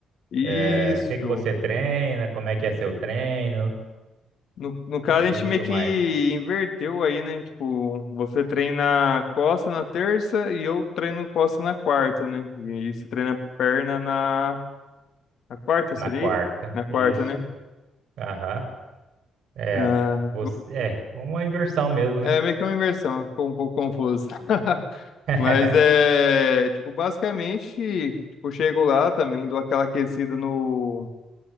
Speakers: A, on the left; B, on the right.
A: Isso.
B: É, o que que você treina, como é que é seu treino
A: No, no caso,
B: e
A: a gente
B: tudo
A: meio que
B: mais
A: inverteu aí, né? Tipo, você treina costa na terça e eu treino costa na quarta, né? E você treina perna na, na quarta,
B: na
A: seria?
B: quarta.
A: Na quarta,
B: Isso,
A: né?
B: aham. É,
A: Ah,
B: você, é, uma inversão mesmo, né?
A: É meio que uma inversão, ficou um pouco confuso. <laughs>
B: <laughs>
A: Mas é, tipo, basicamente, tipo, chego lá também, dou aquela aquecida no,